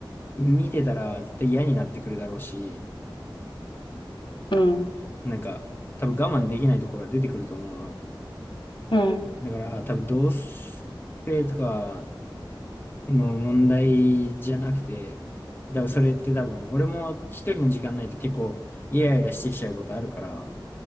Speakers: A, on the left; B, on the left.
A: 見てたら絶対嫌になってくるだろうし、
B: うん。
A: なんか多分我慢できないところが出てくると思うの。
B: うん
A: だから多分同性とかの問題じゃなくて、多分それって多分俺も一人の時間ないと結構イライラしてきちゃうことあるから、